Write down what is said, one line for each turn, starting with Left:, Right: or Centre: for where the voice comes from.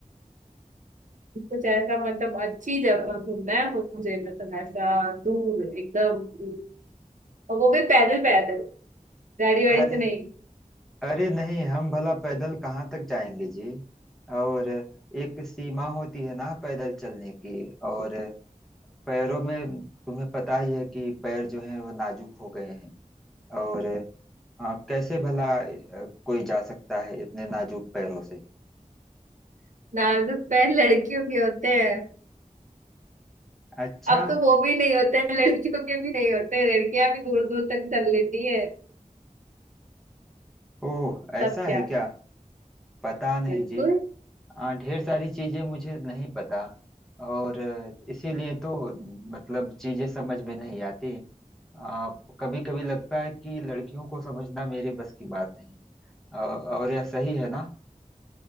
Right: कुछ ऐसा मतलब अच्छी जगह घूमना है मुझे मतलब ऐसा दूर एकदम हम्म, और वो भी पैदल पैदल गाड़ी वाड़ी
Centre: अरे
Right: से नहीं
Centre: अरे नहीं हम भला पैदल कहाँ तक जाएंगे जी और एक सीमा होती है ना पैदल चलने की और पैरों में तुम्हें पता ही है कि पैर जो हैं वो नाजुक हो गए हैं और अ, कैसे भला अ, कोई जा सकता है इतने नाजुक पैरों से
Right: नाजुक पैर लड़कियों के होते हैं
Centre: अच्छा
Right: अब तो वो भी नहीं होते हैं लड़कियों के भी नहीं होते हैं लड़कियां भी दूर दूर तक चल लेती है
Centre: ओह ऐसा
Right: तब
Centre: है
Right: क्या
Centre: क्या पता नहीं
Right: बिल्कुल
Centre: जी आ, ढेर सारी चीजें मुझे नहीं पता और अ, इसीलिए तो मतलब चीजें समझ में नहीं आती आ, कभी कभी लगता है कि लड़कियों को समझना मेरे बस की बात नहीं औ- और यह सही है ना